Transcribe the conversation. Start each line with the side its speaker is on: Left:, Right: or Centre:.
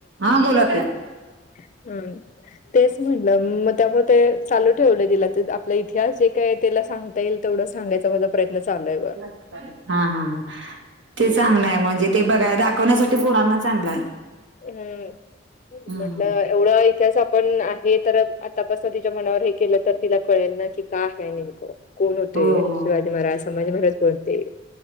Right: हां बोलां ताई
Left: हम्मं तेचं म्हटलं मंग त्यांमुळे ते चालूं ठेवलं दिलं आपल्या इथं इतिहास जे कायं तीलां सांगता येईल तेवढं सांगयचा माझं प्रयंत्न चालूंय बरं
Right: हां हां हां ते चांगलं आहे म्हणजे ते बघां दाखवण्यांसाठी ते पोरांना चांगलं आहे
Left: हम्मं
Right: हम्म.
Left: म्हटलं एवढां इतिहास आपणं आहे तरं आंतापासून तिच्या मनांवर हे केलं तरं तिलां कळेल नां की कायं आहे कोणं होते
Right: हो हो
Left: शिवाजी महारांज संभाजी महारांज कोणते